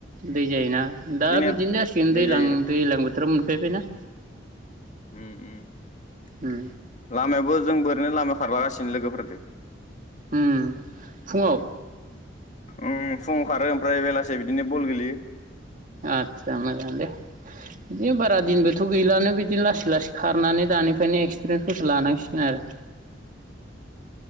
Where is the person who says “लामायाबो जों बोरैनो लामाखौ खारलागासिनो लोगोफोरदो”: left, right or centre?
Left